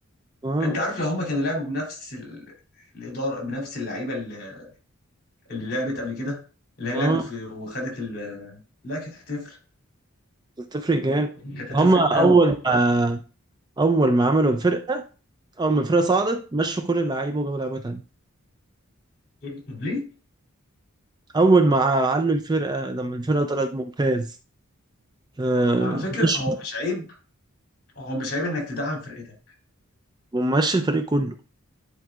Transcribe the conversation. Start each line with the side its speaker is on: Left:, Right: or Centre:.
Right: اه
Left: انت عارف لو هم كانوا لعبوا بنفس ال... الاداره بنفس اللعيبه اللي اللي لعبت قبل كده اللي هي
Right: اه
Left: لعبت في وخدت ال... لا كانت هتفرق
Right: بتفرق جامد
Left: كانت هتفرق
Right: هما أول
Left: قوي
Right: ما اول ما عملوا الفرقه اول ما الفرقه صعدت مشوا كل اللعيبه وجابوا لعيبه تانية
Left: طب ليه
Right: اول ما علوا الفرقه لما الفرقه طلعت ممتاز آه
Left: على فكره
Right: مشي
Left: هو مش عيب هو مش عيب انك تدعم فرقتك
Right: ومشي الفريق كله